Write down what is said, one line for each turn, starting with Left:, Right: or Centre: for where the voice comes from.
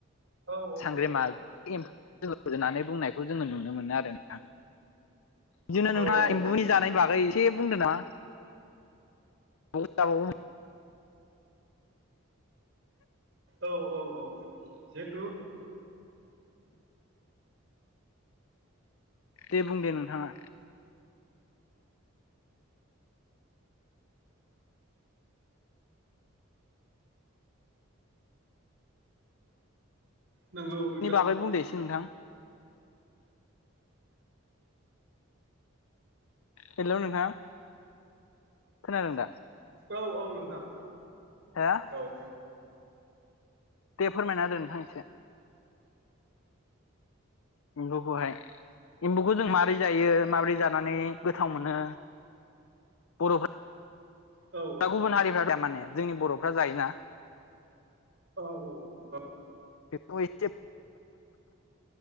Right: औ औ
Left: सांग्रेमा
Right: औ औ
Left: एमफौजों जों रुजुनानै बुंनायखौ खौ जोङो नुनो मोनो आरो नोंथां, बिदिनो
Right: औ
Left: नोंथाङा
Right: औ
Left: एम्बुनि
Right: औ
Left: जानाय बागै एसे बुंदो नामा? <unintelligible>
Right: औ औ औ जिहेथु
Left: दे बुं दे नोंथाङा।
Right: नोंगौ नोंथां।
Left: नि बागै बुंदो एसे नोंथां हेलौ नोंथां खोनादों दा?
Right: औ औ नोंथां।
Left: हो
Right: औ
Left: दे फोरमायना होदो नोंथां इसे। एम्बौखौहाय एम्बुखौ जों मारै जायो माबोरै जानानै गोथाव मोनो? बर'फो
Right: औ
Left: दा गुबुन हारिफ्रा माने जोंनि बर'फ्रा जायोना।
Right: औ औ औ
Left: बेखौ इसे